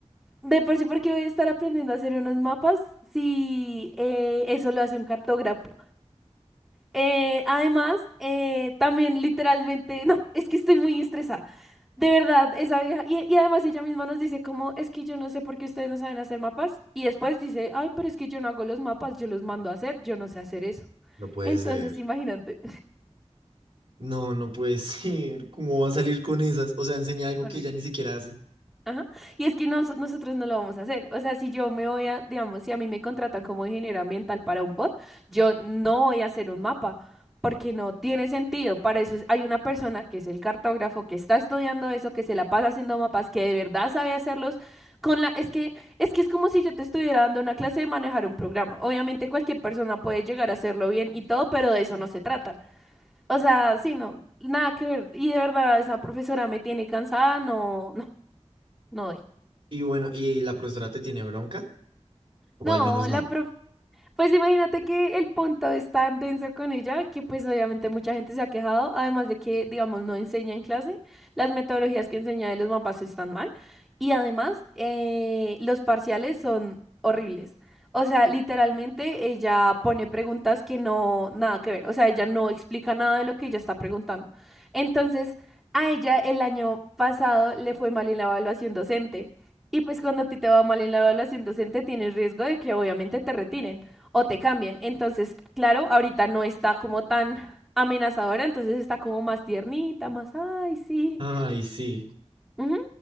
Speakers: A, in the centre; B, on the right.
A: de por sí, porque voy a estar aprendiendo a hacer unos mapas si eh, eso lo hace un cartógrafo. Eh, además, eh, también literalmente, <laughs> no, es que estoy muy estresada. De verdad, esa vieja. Y, y además ella misma nos dice como, es que yo no sé por qué ustedes no saben hacer mapas. Y después dice, ay, pero es que yo no hago los mapas, yo los mando a hacer, yo no sé hacer eso.
B: No puede
A: Entonces,
B: ser.
A: imagínate.
B: No, no puede <laughs> ser. ¿Cómo va a salir con esas? O sea, enseña algo
A: <laughs> Horrible.
B: que ya ni siquiera hace.
A: Ajá. Y es que nos- nosotros no lo vamos a hacer. O sea, si yo me voy a, digamos, si a mí me contratan como ingeniero ambiental para un POT, yo no voy a hacer un mapa, porque no tiene sentido. Para eso es- hay una persona que es el cartógrafo, que está estudiando eso, que se la pasa haciendo mapas, que de verdad sabe hacerlos con la... Es que, es que es como si yo te estuviera dando una clase de manejar un programa. Obviamente cualquier persona puede llegar a hacerlo bien y todo, pero de eso no se trata. O sea, sí, no, nada que ver. Y de verdad, esa profesora me tiene cansada, no, no, no doy.
B: Y bueno, ¿y la profesora te tiene bronca? O
A: No,
B: al menos no.
A: la prof pues imagínate que el punto es tan denso con ella que pues obviamente mucha gente se ha quejado, además de que, digamos, no enseña en clase, las metodologías que enseña de los mapas están mal y además eh, los parciales son horribles. O sea, literalmente ella pone preguntas que no, nada que ver, o sea, ella no explica nada de lo que ella está preguntando. Entonces, a ella el año pasado le fue mal en la evaluación docente. Y pues cuando a ti te va mal en la evaluación docente, tienes riesgo de que obviamente te retiren o te cambian. Entonces, claro, ahorita no está como tan amenazadora, entonces está como más tiernita, más, ay, sí.
B: Ay, sí.
A: ujú,